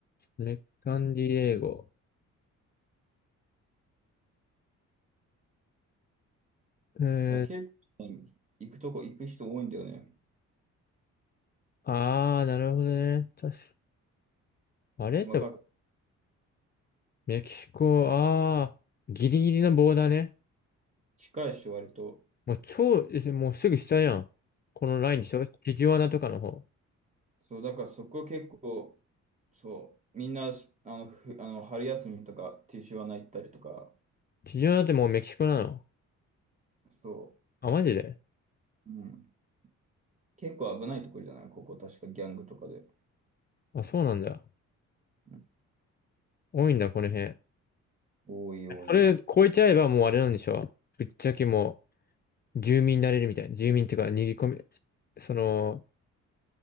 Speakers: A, on the left; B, on the right.
A: メサンディエゴ。えー、
B: だから結構行くとこ行く人多いんだよね。
A: あー、なるほどね。確か、あれで
B: わかる。
A: メキシコ、ああ、ギリギリのボーダーね。
B: 近いし、割と。
A: もう超、えもうすぐ下やん。このラインでしょティジワナとかの方。
B: そう、だからそこ結構、そう、みんな、あの、ふあの春休みとか、ティーシュワナ行ったりとか、
A: ティジワナってもうメキシコなの
B: そ
A: あ、マジで
B: う、うん。結構危ないところじゃないここ、確かギャングとかで。
A: あ、そうなんだ。
B: うん
A: 多いんだ、この辺。え
B: 多い多い。
A: あれ、越えちゃえばもうあれなんでしょぶっちゃけもう、住民になれるみたいな。住民っていうか、逃げ込み、その、